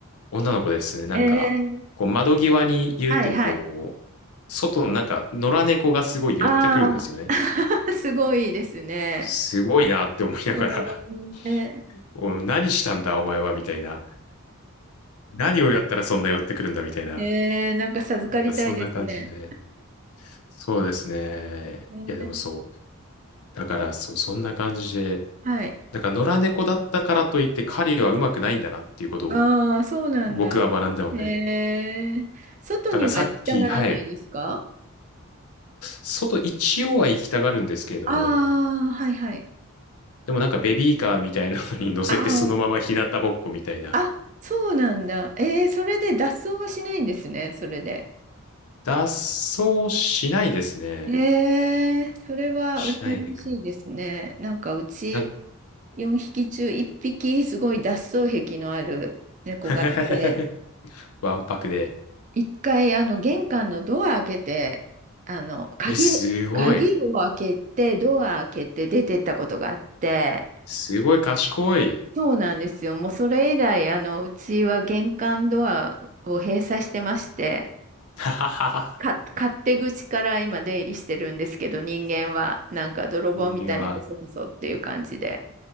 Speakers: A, on the left (about 80°); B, on the right (about 35°).
A: 女の子ですね。なんか、
B: ええ
A: こう窓際にいると、
B: はいはい。
A: こう、外のなんか野良猫がすごい寄ってくるんですよね。
B: ああ、<laughs> すごいですね。
A: すごいなって思いながら
B: ええ、
A: <laughs> お、何したんだお前はみたいな。何をやったらそんな寄ってくるんだみたいな。
B: ええなんか授かりたいですね。
A: なんかそんな感じで。そうですね。
B: ええ
A: いやでもそう。だからそう、そんな感じで。
B: はい。
A: だから野良猫だったからといって狩りはうまくないんだなっていうことを
B: ああ、そうなんだ。
A: 僕は学んだので。
B: ええ外には行きたがらないですか
A: だからさっき、はい。外一応は行きたがるんですけれども、
B: ああー、はいはい。
A: でもなんかベビーカーみたいなのに乗せてそのまま日向ぼっこみたいな。
B: あ、あ、そうなんだ。えー、それで脱走はしないんですね、それで。
A: 脱走しないですね。
B: えー、それは羨ましいですね。
A: しないかも。
B: なんかうち
A: なんか
B: 4匹中1匹すごい脱走癖のある猫がいて、
A: <laughs> わんぱくで。
B: 一回あの玄関のドア開けて、あの鍵、
A: え、すごい。
B: 鍵を開けて、ドア開けて出てったことがあって、
A: すごい賢い。
B: そうなんですよ。もうそれ以来、あの、うちは玄関ドアを閉鎖してまして、
A: <laughs> はははは。
B: か、勝手口から今出入りしてるんですけど、人間はなんか泥棒みたいにこそこそっていう感じで。
A: 人間は。